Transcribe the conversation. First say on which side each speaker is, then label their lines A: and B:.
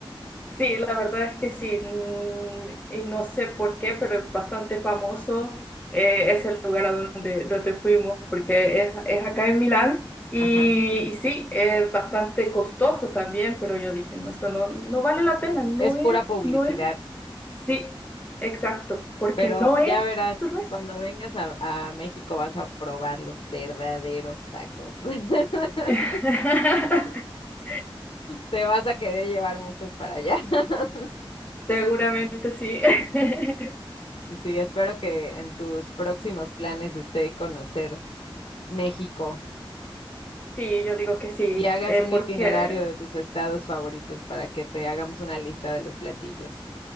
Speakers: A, on the left; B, on the left.
A: Sí, la verdad es que sí, mm, y no sé por qué, pero es bastante famoso eh, es el lugar a donde, donde fuimos, porque es, es acá en Milán, y,
B: Ajá.
A: y sí, es bastante costoso también, pero yo dije, no, esto no, no vale la pena, no
B: Es
A: es,
B: pura publicidad,
A: no es, sí, exacto, porque
B: pero
A: no es,
B: ya verás,
A: esto no es.
B: cuando vengas a, a México vas a probar los verdaderos tacos. <laughs>
A: <laughs>
B: Te vas a querer llevar muchos para allá. <laughs>
A: Seguramente sí. <laughs>
B: Sí, espero que en tus próximos planes esté conocer México
A: Sí, yo digo que sí,
B: y hagas
A: eh,
B: un
A: porque
B: itinerario de tus estados favoritos para que te hagamos una lista de los platillos.